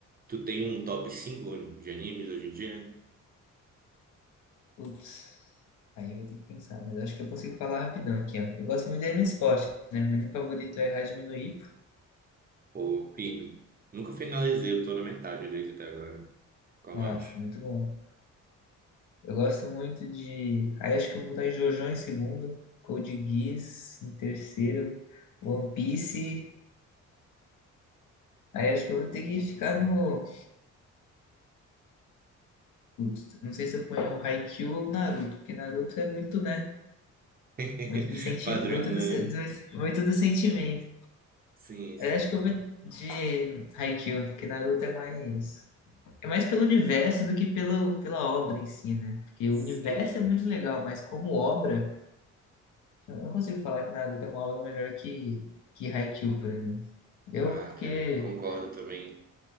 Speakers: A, on the right; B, on the left.
A: tu tem um top cinco de animes hoje em dia?
B: Putz. Aí eu vou ter que pensar, mas acho que eu consigo falar rapidão aqui, ó. Eu gosto muito de anime de esporte, né? Meu anime favorito é Hajime no Ippo.
A: Ou firme? Nunca finalizei, eu tô na metade dele até agora. Qual
B: Nossa,
A: mais?
B: muito bom. Eu gosto muito de. Aí acho que eu vou botar JoJo em segundo, Code Geass em terceiro, One Piece. Aí acho que eu vou ter que ficar no. Putz, Não sei se eu ponho o Haikyuu ou Naruto, porque Naruto é muito, né?
A: <laughs>
B: Muito do senti...
A: Padrão,
B: muito do,
A: né?
B: se- do- muito do sentimento.
A: Sim, sim.
B: Aí acho que eu vou de Haikyuu, porque Naruto é mais é mais pelo universo do que pelo pela obra em si, né? Porque
A: Sim.
B: o universo é muito legal, mas como obra Eu não consigo falar que Naruto é uma obra melhor que, que Haikyuu, por exemplo. Eu,
A: Ah,
B: porque
A: cara, concordo também.